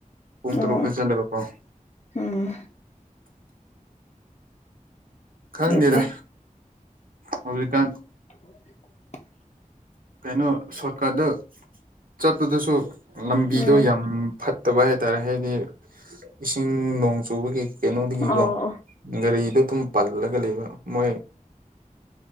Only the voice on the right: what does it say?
ꯄꯨꯡ ꯇꯔꯨꯛ
ꯆꯜꯂꯒꯀꯣ
ꯈꯪꯅꯤꯔ
ꯍꯧ ꯀ
ꯀꯩꯅꯣ ꯁꯣꯔꯠꯀꯠꯇ ꯆꯠꯄꯗꯁꯨ ꯂꯝꯕꯤꯗꯣ
ꯌꯥꯝ ꯐ ꯐꯠꯇꯕ ꯍꯥꯏꯇꯥꯔꯦ ꯍꯥꯏꯗꯤ ꯏꯁꯤꯡ ꯅꯣꯡ ꯆꯨꯕꯒꯤ ꯀꯩꯅꯣꯗꯒꯤꯀꯣ
ꯒꯥꯔꯤꯗꯣ ꯑꯗꯨꯝ ꯄꯜꯂꯒ ꯂꯩꯕ ꯃꯣꯏ